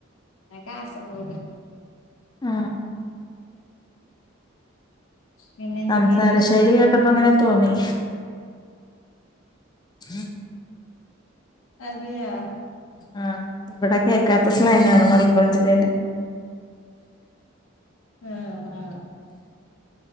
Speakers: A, on the left; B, on the left.
A: ഞാ കാസർഗോഡ്
B: ആ
A: പിന്നെ എന്തൊക്കെയുണ്ട്
B: സംസാര
A: വിശേഷം
B: ശൈലി കേട്ടപ്പൊങ്ങനെ തോന്നി <unintelligible>
A: അതെയാ
B: ആഹ് ഇവിടെ കേക്കാത്ത സ്ലാങ്ങാണ് മലപ്പുറം ജില്ലയില്
A: ആ ആ